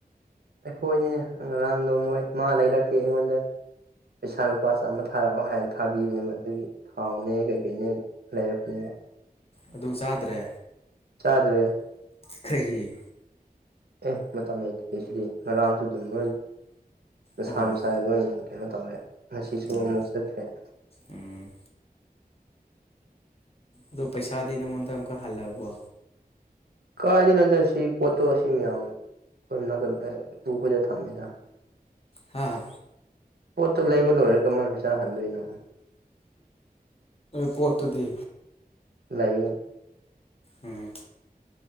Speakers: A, on the right; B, on the left.
A: ꯑꯩꯈꯣꯏꯅꯤꯅꯦ ꯉꯔꯥꯡꯗꯣ ꯃꯣꯏ ꯃꯥ ꯂꯩꯔꯛꯀꯦ ꯑꯩꯉꯣꯟꯗ ꯄꯩꯁꯥ ꯂꯨꯄꯥ ꯆꯥꯝꯃ ꯊꯥꯔꯛꯑꯣ ꯍꯥꯏꯅ ꯊꯥꯕꯤꯕꯅꯦꯕ ꯑꯗꯨꯒꯤ ꯊꯥꯎꯅꯦ ꯀꯩꯀꯩꯅꯦ ꯂꯩꯔꯛꯄꯅꯦꯕ
B: ꯑꯗꯨ ꯆꯥꯗ꯭ꯔꯦ
A: ꯆꯥꯗ꯭ꯔꯦ
B: ꯀꯩꯒꯤ
A: ꯑꯦ ꯃꯇꯝ ꯂꯩꯇꯕꯒꯤ ꯉꯔꯥꯡꯁꯨ ꯑꯗꯨꯝ ꯂꯣꯏ ꯃꯁꯥ
B: ꯑꯣ
A: ꯃꯁꯥ ꯂꯣꯏ ꯀꯩꯅꯣ ꯇꯧꯔꯦ ꯉꯁꯤꯁꯨ
B: ꯎꯝ
A: ꯑꯃꯨꯛ ꯆꯠꯈꯔꯦ
B: ꯎꯝ ꯑꯗꯣ ꯄꯩꯁꯥꯗꯤ ꯅꯉꯣꯟꯗ ꯑꯃꯨꯛꯀ ꯍꯜꯂꯛꯕꯣ
A: ꯀꯥꯢꯗꯩꯅꯣꯗ ꯁꯤ ꯄꯣꯠꯇꯣ ꯁꯤ ꯃꯌꯥꯝ ꯑꯃ ꯅ <inaudible> ꯇꯨꯡ ꯈꯣꯗ ꯊꯝꯃꯦꯗ
B: ꯍꯥꯥ
A: ꯄꯣꯠꯇꯨ ꯂꯩꯕ ꯂꯣꯏꯔ ꯀꯃꯥꯢꯅ ꯄꯩꯁꯥ ꯍꯟꯗꯣꯏꯅꯣ
B: ꯄꯣꯠꯇꯨꯗꯤ
A: ꯂꯩꯏꯌꯦ
B: ꯎꯝ